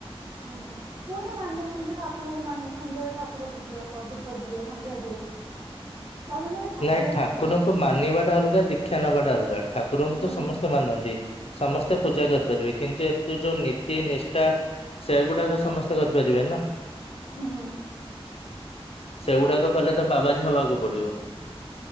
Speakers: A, on the right; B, on the left.
A: ହୁଁ। ମୁଁ <unintelligible> ମାନେ ମୁଁ ନିଜେ ଠାକୁରଙ୍କୁ ମାନେ ସନ୍ଧ୍ୟାବେଳେ ଠାକୁର ପୂଜା କ ଧୂପ ଦିଏ ସନ୍ଧ୍ୟା ଦିଏ। ଭାବିଲି କି
B: ନାଇଁ ଠାକୁରଙ୍କୁ
A: ମାନେ
B: ମାନିବା ଟା ଅଲଗା ଦୀକ୍ଷା ନବାଟା ଅଲଗା। ଠାକୁରଙ୍କୁ
A: ହୁଁ
B: ତ ସମସ୍ତେ ମାନନ୍ତି ସମ ତ ପୂଜା କରିପାରିବେ କିନ୍ତୁ ଏତେ ଯୋଉ ନୀତି ନିଷ୍ଠା ସେଗୁଡାକ ସମସ୍ତେ କରିପାରିବେ ନା।
A: ହୁଁ
B: ସେଗୁଡାକ କଲେ ତ ବାବାଜୀ ହବାକୁ ପଡିବ।